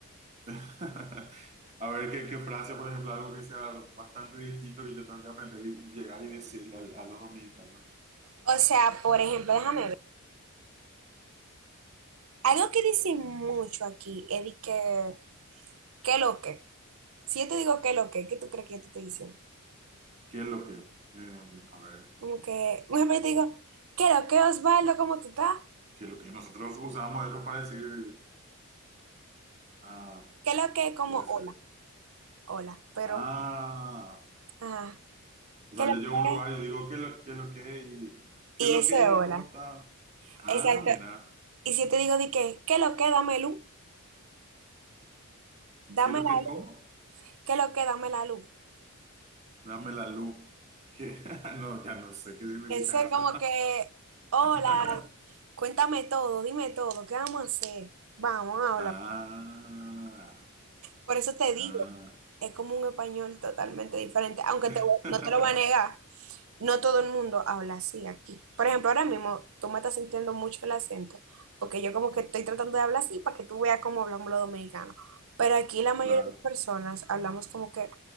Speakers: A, on the right (about 30°); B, on the right (about 70°).
A: <laughs> A ver, ¿qué, qué frase, por ejemplo, algo que sea bastante distinto que yo tengo que aprender y y llegar y decirle al a los dominicanos?
B: O sea, por ejemplo, déjame ver. Algo que dicen mucho aquí es de que, ¿qué lo que? Si yo te digo qué lo que, ¿qué tú crees que yo te estoy diciendo?
A: ¿Qué es lo que? Eh, a ver,
B: Como que, por ejemplo, yo te digo, ¿qué lo que, Osvaldo? ¿Cómo tú estás?
A: ¿qué es lo que? Nosotros usamos eso para decir. Ah,
B: ¿Qué lo que? Como,
A: puede ser.
B: hola, hola. Pero,
A: Ah,
B: ajá,
A: o
B: ¿qué
A: sea,
B: lo
A: yo llego
B: que?
A: a un lugar y digo, ¿qué es lo, qué es lo que es? Y, ¿Qué
B: Y
A: es lo
B: eso
A: que
B: es hola.
A: es? ¿Cómo está? Ah,
B: Exacto.
A: mira,
B: Y si yo te digo de que, ¿qué lo que? Dame luz, dame
A: ¿qué es lo
B: la
A: que como?
B: luz, ¿qué lo que? Dame la luz.
A: Dame la luz. ¿Qué? <laughs> No, ya no sé qué significa
B: Eso es
A: eso.
B: como que, hola,
A: <laughs>
B: cuéntame todo, dime todo, ¿qué vamos a hacer? Vamos, habla.
A: Ah,
B: Por eso te
A: ah,
B: digo, es como un español totalmente diferente, aunque
A: <laughs>
B: te voy- no te lo voy a negar, no todo el mundo habla así aquí. Por ejemplo, ahora mismo tú me estás sintiendo mucho el acento, porque yo como que estoy tratando de hablar así para que tú veas cómo hablamos los dominicanos. Pero aquí la mayoría
A: claro.
B: de las personas hablamos como que